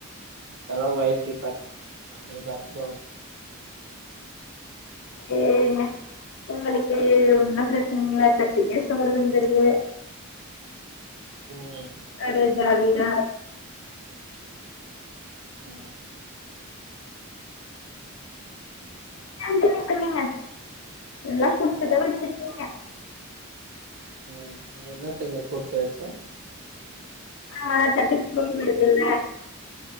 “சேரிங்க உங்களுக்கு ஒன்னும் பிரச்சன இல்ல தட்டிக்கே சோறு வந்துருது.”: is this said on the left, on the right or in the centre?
Left